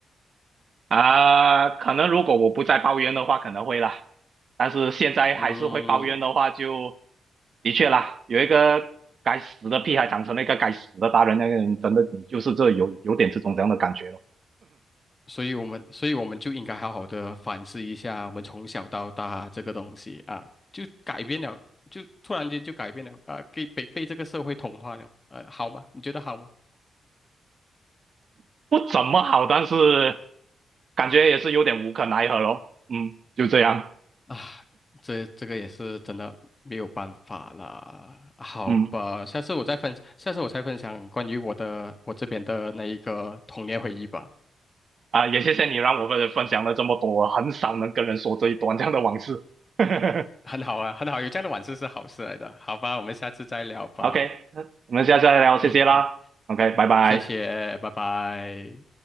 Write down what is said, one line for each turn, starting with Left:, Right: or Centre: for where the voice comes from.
Right: 啊、可能如果我不再抱怨的话，可能会啦。但是现在还是会抱怨的话就，
Left: 嗯
Right: 的确啦，有一个该死的屁孩长成了一个该死的大人，那个人真的你就是这有有点这种这样的感觉咯，
Left: 所以我们，所以我们就应该好好的反思一下，我们从小到大这个东西啊，就改变了，就突然间就改变了啊，给被被这个社会同化了，呃，好吗？你觉得好吗？
Right: <laughs> 不怎么好，但是感觉也是有点无可奈何咯。嗯，就这样。
Left: 啊，这这个也是真的没有办法啦，好吧，
Right: 嗯，
Left: 下次我再分，下次我再分享关于我的我这边的那一个童年回忆吧，
Right: 啊、也谢谢你让我们分享了这么多，我很少能跟人说这一段这样的往事。<laughs>
Left: 很好啊，很好，有这样的往事是好事来的，好吧，我们下次再聊吧，
Right: OK，我们下次再聊，谢谢啦。
Left: 嗯，好，
Right: OK，拜拜。
Left: 谢谢，拜拜。